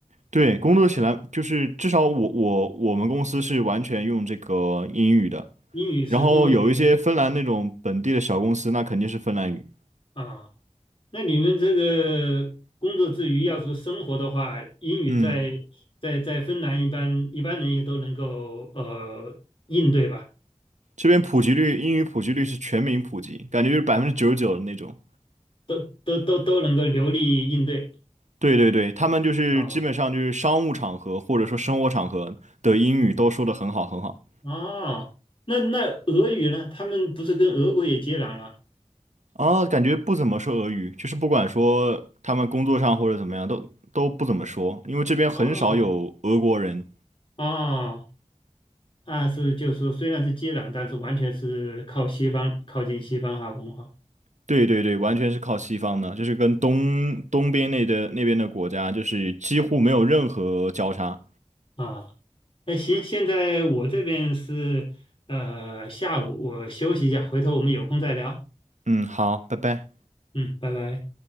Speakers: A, on the right; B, on the left.
A: 对，工作起来就是至少我我我们公司是完全用这个英语的，
B: 英语是工作语言
A: 然后有一些芬兰那种本地的小公司，那肯定是芬兰语。
B: 啊。那你们这个工作之余要是生活的话，英语在在在芬兰一般一般人也都能够呃应对吧？
A: 嗯，这边普及率，英语普及率是全民普及，感觉就是百分之九十九的那种。
B: 都都都都能够流利应对。
A: 对对对，他们就是基本上就是商务场合或者说生活场合的英语都说得很好很好。
B: 啊。哦，那那俄语呢？他们不是跟俄国也接壤了？
A: 啊，感觉不怎么说俄语，就是不管说他们工作上或者怎么样，都都不怎么说，因为这边很少有俄国人。
B: 哦，哦，那是就是说虽然是接壤，但是完全是靠西方，靠近西方哈文化
A: 对对对，完全是靠西方的，就是跟东东边那的那边的国家，就是几乎没有任何交叉。
B: 啊。那行，现在我这边是呃下午，我休息一下，回头我们有空再聊。
A: 嗯，好，拜拜。
B: 嗯，拜拜。